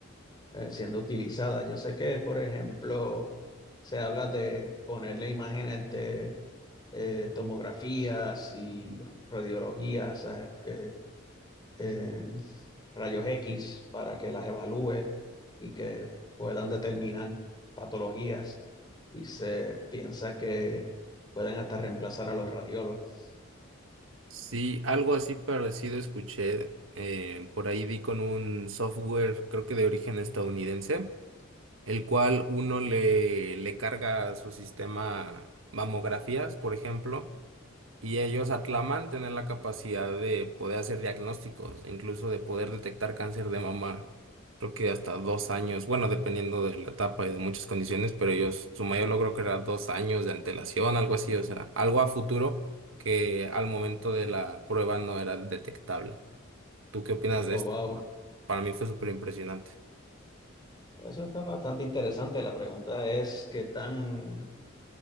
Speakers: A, on the left (about 20°); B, on the right (about 75°).
A: eh, siendo utilizada. Yo sé que, por ejemplo, se habla de ponerle imágenes de eh, tomografías y radiologías, eh, que, eh, rayos X para que las evalúe y que puedan determinar patologías. Y se piensa que pueden hasta reemplazar a los radiólogos.
B: Sí, algo así parecido escuché. eh, por ahí vi con un software, creo que de origen estadounidense, el cual uno le, le carga a su sistema mamografías, por ejemplo, Y ellos aclaman tener la capacidad de poder hacer diagnósticos, incluso de poder detectar cáncer de mama, creo que hasta dos años, bueno, dependiendo de la etapa y de muchas condiciones, pero ellos, su mayor logro que era dos años de antelación, algo así, o sea, algo a futuro que al momento de la prueba no era detectable. ¿Tú qué opinas de
A: Oh,
B: esto?
A: wow.
B: Bueno, para mí fue súper impresionante.
A: Eso está bastante interesante. La pregunta es qué tan,